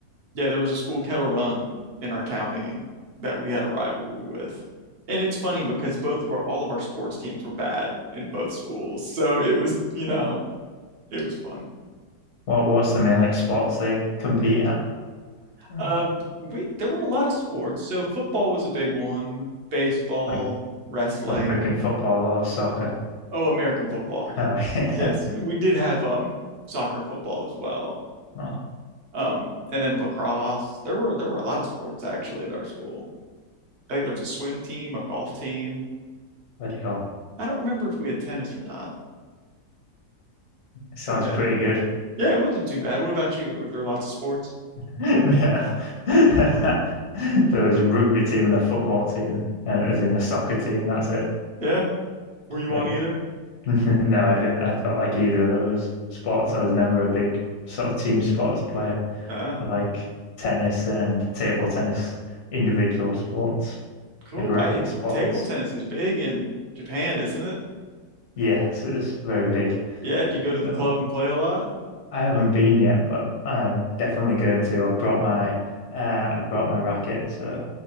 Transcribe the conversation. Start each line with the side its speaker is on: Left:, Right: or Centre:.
Right: Yeah, there was a school kettle run in our county that we had a rivalry with. And it's funny because both of our all of our sports teams were bad in both schools. So it was, you know, it was fun.
Left: what what's the main like sports they compete at? <sighs>
Right: Um, we there were a lot of sports. So football was a big one, baseball,
Left: Like
Right: wrestling.
Left: American football or soccer? <laughs>
Right: Oh, American football.
Left: Oh yeah.
Right: Yes, we did have um soccer football as well.
Left: Oh,
Right: Um, and then lacrosse. There were there were a lot of sports actually at our school. I think there was a swim team, a golf team.
Left: bloody hell.
Right: I don't remember if we had tennis or not.
Left: It sounds
Right: But yeah.
Left: pretty good.
Right: Yeah, it wasn't too bad. What about you? Were there lots of sports?
Left: <laughs> No. <laughs> There was a rugby team and a football team, and it was in a soccer team, that's it.
Right: Yeah. Were you
Left: Like
Right: on either?
Left: <laughs> No, I didn't. I don't like either of those sports. I was never a big sort of team sports player,
Right: Uh,
Left: like tennis and table tennis, individual sports,
Right: cool.
Left: like racket
Right: I
Left: sports.
Right: table tennis is big in Japan, isn't it?
Left: Yeah, so it's very big.
Right: Yeah, do you go to
Left: So
Right: the club and play a lot?
Left: I haven't been yet, but I'm definitely going to. I've brought my uh, I brought my racket, so